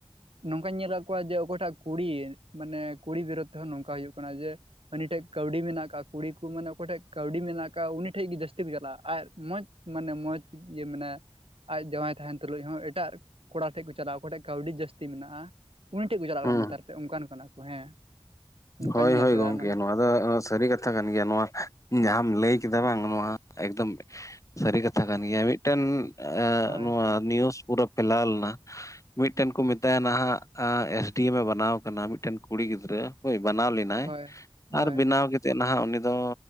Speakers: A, on the right; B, on the left.
A: ᱱᱚᱝᱠᱟᱧ ᱧᱮᱞ ᱠᱟᱜ ᱠᱚᱣᱟ ᱡᱮ ᱚᱠᱚᱭ ᱴᱟᱜ ᱠᱩᱲᱤ ᱢᱟᱱᱮ ᱠᱩᱲᱤ ᱵᱤᱨᱩᱫᱽ ᱛᱮᱦᱚᱸ ᱱᱚᱝᱠᱟ ᱦᱩᱭᱳᱜ ᱠᱟᱱᱟ ᱡᱮ ᱩᱱᱤ ᱴᱷᱮᱡ ᱠᱟᱹᱣᱰᱤ ᱢᱮᱱᱟᱜ ᱠᱟᱜᱼᱟ, ᱠᱩᱲᱤ ᱠᱚ ᱢᱟᱱᱮ ᱚᱠᱚᱭ ᱴᱷᱮᱡ ᱠᱟᱹᱣᱰᱤ ᱢᱮᱱᱟᱜ ᱠᱟᱜ-ᱟ ᱩᱱᱤ ᱴᱷᱮᱡ ᱜᱮ ᱡᱟᱹᱥᱛᱤ ᱠᱚ ᱪᱟᱞᱟᱜᱼᱟ᱾ ᱟᱨ ᱢᱚᱡᱽ ᱢᱟᱱᱮ, ᱢᱚᱡᱽ ᱤᱭᱟᱹ ᱢᱮᱱᱟᱭᱟ᱾ ᱟᱡ ᱡᱟᱶᱟᱭ ᱛᱟᱦᱮᱱ ᱛᱩᱞᱩᱡ ᱦᱚᱸ ᱮᱴᱟᱜ ᱠᱚᱲᱟ ᱴᱷᱮᱡ ᱠᱚ ᱪᱟᱞᱟᱜᱼᱟ, ᱚᱠᱚᱭ ᱴᱷᱮᱡ ᱠᱟᱹᱣᱰᱤ ᱡᱟᱹᱥᱛᱤ ᱢᱮᱱᱟᱜᱼᱟ᱾ ᱩᱱᱤ ᱴᱷᱮᱡ ᱠᱚ ᱪᱟᱞᱟᱜ ᱠᱟᱱᱟ,
B: ᱦᱩᱸ
A: ᱱᱮᱛᱟᱨ ᱛᱮ ᱚᱱᱠᱟᱱ ᱠᱟᱱᱟ ᱠᱚ ᱦᱮᱸ᱾ ᱱᱚᱝᱠᱟᱧ
B: ᱦᱳᱭ
A: ᱧᱮᱞ
B: ᱦᱳᱭ
A: ᱠᱮᱫᱟ
B: ᱜᱚᱝᱠᱮ
A: ᱢᱟᱱᱮ
B: ᱱᱚᱣᱟ ᱟᱫᱚ ᱚᱱᱟ ᱥᱟᱹᱨᱤ ᱠᱟᱛᱷᱟ ᱠᱟᱱ ᱜᱮᱭᱟ᱾ ᱱᱚᱣᱟ ᱡᱟᱦᱟᱸᱢ ᱞᱟᱹᱭ ᱠᱮᱫᱟ ᱵᱟᱝ ᱱᱚᱣᱟ ᱮᱠᱫᱚᱢ ᱥᱟᱹᱨᱤ ᱠᱟᱛᱷᱟ ᱠᱟᱱ ᱜᱮᱭᱟ᱾ ᱢᱤᱫᱴᱟᱱ ᱮᱸᱜ
A: ᱦᱳᱭ
B: ᱱᱚᱣᱟ ᱱᱤᱭᱩᱡ ᱯᱩᱨᱟᱹ ᱯᱷᱮᱞᱟᱣ ᱞᱮᱱᱟ᱾ ᱢᱤᱫᱴᱮᱱ ᱠᱚ ᱢᱮᱛᱟᱭᱟ ᱱᱟᱦᱟᱜ ᱮᱸ ᱮᱥ ᱰᱤ ᱮᱢ ᱵᱮᱱᱟᱣ ᱟᱠᱟᱱᱟ ᱢᱤᱫᱴᱮᱱ ᱠᱩᱲᱤ ᱜᱤᱫᱽᱨᱟᱹ᱾ ᱦᱳᱭ ᱵᱟᱱᱟᱣ ᱞᱮᱱᱟᱭ
A: ᱦᱳᱭ ᱦᱳᱭ
B: ᱟᱨ ᱵᱮᱱᱟᱣ ᱠᱟᱛᱮᱫ ᱱᱟᱦᱟᱜ ᱩᱱᱤ ᱫᱚ